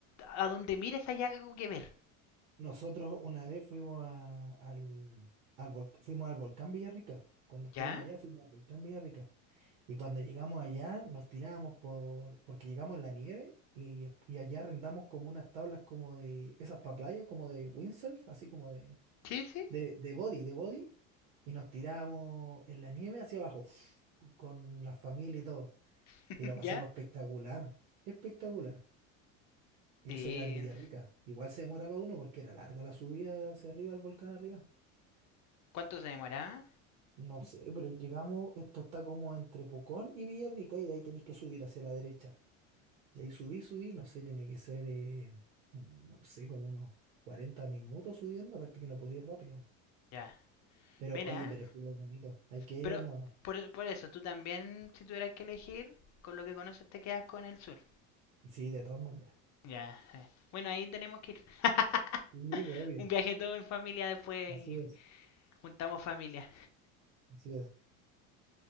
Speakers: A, on the left; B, on the right.
A: a donde mires hay algo que ver.
B: nosotros una vez fuimos a- al, al vol- fuimos al volcán Villarrica. Cuando estuvimos
A: ¿Ya?
B: allá fuimos al volcán Villarrica. Y cuando llegamos allá nos tirábamos por, porque llegamos en la nieve y, y allá arrendamos como unas tablas como de esas para playa, como de windsurf, así como de,
A: Sí, sí,
B: de, de body, de body. y nos tiramos en la nieve hacia abajo, <sniffs> con la familia y todo.
A: <laughs>
B: Y lo pasamos
A: ya.
B: espectacular, espectacular. Y
A: Sí.
B: eso era en Villarrica. Igual se demoraba uno porque era larga la subida hacia arriba, al volcán arriba.
A: ¿Cuánto se demoraba?
B: No sé, pero llegamos, esto está como entre Pucón y Villarrica y de ahí tenéis que subir hacia la derecha. Y ahí subí, subí, no sé, tiene que ser, eh, no sé, como unos 40 minutos subiendo, aparte que no podía ir rápido.
A: Ya.
B: Pero
A: Mira.
B: oye, pero estuvo bonito, hay que ir
A: Pero
B: de nuevo.
A: por, por eso, tú también, si tuvieras que elegir, con lo que conoces te quedas con el sur.
B: Sí, de todas maneras.
A: Ya. eh. Bueno, ahí tenemos que ir. <laughs>
B: Sí, pues, obvio,
A: Un viaje todo en familia después
B: así
A: y
B: es.
A: juntamos familia.
B: Así es.